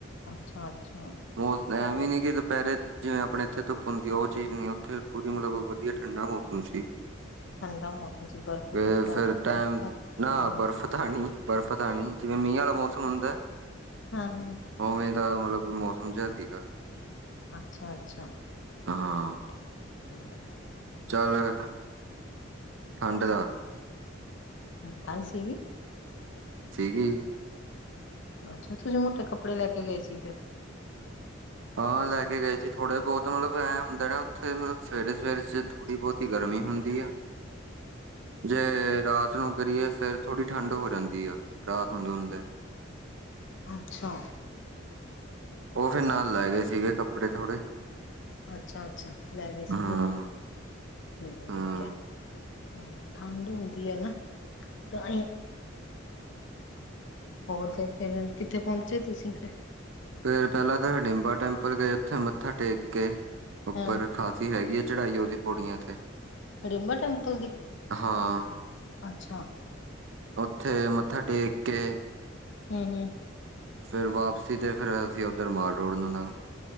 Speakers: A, on the left; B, on the right.
A: ਅੱਛਾ ਅੱਛਾ
B: ਮੌਸ ਐ ਵੀ ਹੀ ਨੀ ਕਿ ਦੁਪਹਿਰੇ ਜਿਵੇਂ ਆਪਣੇ ਇੱਥੇ ਧੁੱਪ ਹੁੰਦੀ ਉਹ ਚੀਜ਼ ਨੀ, ਉੱਥੇ ਪੂਰੀ ਮਤਲਬ ਵਧੀਆ ਠੰਡਾ ਮੌਸਮ ਸੀ।
A: ਠੰਡਾ ਮੌਸਮ ਸੀ ਬਰਫ਼ ਬੁਰਫ਼
B: ਤੇ
A: ਕਰਦੀਆਂ
B: ਫਿਰ ਟਾਈਮ, ਨਾ
A: ਹੋਣੀਆਂ
B: ਬਰਫ਼ ਤਾਂ ਹੈ ਣੀ, ਬਰਫ਼ ਤਾਂ ਹੈ ਣੀ ਜਿਵੇਂ ਮੀਹ ਵਾਲਾ ਮੌਸਮ ਹੁੰਦਾ
A: ਹਾਂ ਹਾਂ
B: ਔਵੇਂ ਦਾ ਮਤਲਬ ਮੌਸਮ ਜਿਹਾ ਸੀਗਾ
A: ਅੱਛਾ ਅੱਛਾ
B: ਹਾਂ
A: ਠੀਕ ਏ
B: ਚੱਲ ਠੰਡ ਦਾ
A: ਠੰਡ ਸੀ
B: ਸੀਗੀ
A: ਅੱਛਾ, ਤੁਸੀਂ ਮੋਟੇ ਕੱਪੜੇ ਲੈ ਕੇ ਗਏ ਸੀ ਫਿਰ
B: ਹਾਂ ਲੈ ਕੇ ਗਏ ਸੀ ਥੋੜੇ ਬਹੁਤ, ਮਤਲਬ ਐਂ ਹੁੰਦਾ ਨੇ ਨਾ ਉੱਥੇ ਮਤਲਬ ਸਵੇਰੇ ਸਵੇਰੇ ਚ ਥੋੜੀ ਬਹੁਤੀ ਗਰਮੀ ਹੁੰਦੀ ਆ। ਜੇ ਰਾਤ ਨੂੰ ਕਰੀਏ ਫਿਰ ਥੋੜੀ ਠੰਡ ਹੋ ਜਾਂਦੀ ਆ ਰਾਤ ਹੁੰਦੇ ਹੁੰਦੇ।
A: ਅੱਛਾ
B: ਉਹ ਫਿਰ ਨਾਲ ਲੈ ਗਏ ਸੀਗੇ, ਕੱਪੜੇ ਥੋੜੇ
A: ਅੱਛਾ ਅੱਛਾ ਲੈ ਗਏ ਸੀ
B: ਹੂੰ
A: ਮੋਟੇ, ਠੀਕ
B: ਹੂੰ
A: ਆ ਹਾਂ ਠੰਡ ਹੁੰਦੀ ਏ ਨਾ, ਤਾਹੀ ਹੋਰ ਫੇਰ, ਫਿਰ ਕਿੱਥੇ ਪਹੁੰਚੇ ਤੁਸੀਂ ਫਿਰ?
B: ਫਿਰ ਪਹਿਲਾਂ ਤਾਂ ਹੜੀਬਾਂ ਟੈਂਪਲ ਗਏ, ਉੱਥੇ ਮੱਥਾ ਟੇਕ ਕੇ, ਉੱਪਰ
A: ਹਾਂ
B: ਖਾ ਕਾਫੀ ਹੈਗੀ ਆ ਚੜਾਈ ਉਹਦੀ, ਪੌੜੀਆਂ ਇੱਥੇ
A: ਰੜਿੰਬਾ ਟੈਂਪਲ ਦੀ
B: ਹਾਂ
A: ਅੱਛਾ।
B: ਉੱਥੇ ਮੱਥਾ ਟੇਕ ਕੇਂ।
A: <unintelligible> ਹਮ।
B: ਫਿਰ ਵਾਪਸੀ ਤੇ ਫਿਰ ਅਸੀਂ ਉਦਰ ਮਾਲ ਰੋਡ ਨੂੰ ਲੰਘ ਗਿਏ।